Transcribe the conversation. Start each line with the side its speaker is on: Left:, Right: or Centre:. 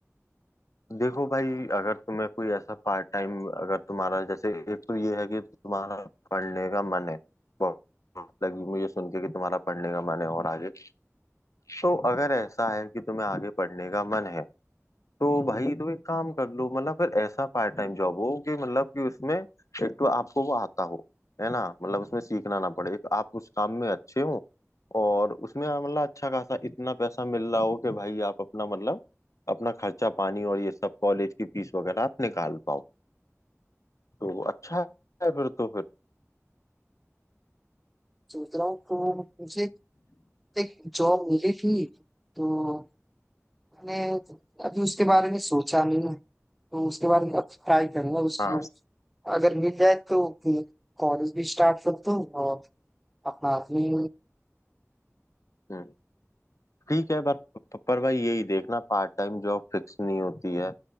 Left: देखो भाई अगर तुम्हें कोई ऐसा पार्ट टाइम अगर तुम्हारा जैसे एक तो ये है कि तुम्हारा पढ़ने का मन है बहुत लगी मुझे सुन के कि तुम्हारा पढ़ने का मन है और आगे तो अगर ऐसा है कि तुम्हें आगे पढ़ने का मन है तो भाई तो एक काम कर लो मतलब फिर ऐसा पार्ट टाइम जॉब हो कि मतलब कि उसमें एक तो आपको वो आता हो है ना मतलब उसमें सीखना ना पड़े एक आप उस काम में अच्छे हो और उसमें मतलब अच्छा खासा इतना पैसा मिल रहा हो कि भाई आप अपना मतलब अपना खर्चा पानी और ये सब कॉलेज की फीस वगैरह आप निकाल पाओ तो अच्छा है फिर तो फिर
Centre: सोच रहा हूँ तो मुझे एक जॉब मिली थी तो मैंने अभी उसके बारे में सोचा नहीं है तो उसके बारे में अब ट्राई करूंगा उसको
Left: हाँ
Centre: अगर मिल जाए तो कॉलेज भी स्टार्ट कर दूँ और अपना अपनी
Left: हम्म ठीक है पर पर भाई यही देखना पार्ट टाइम जॉब फिक्स नहीं होती है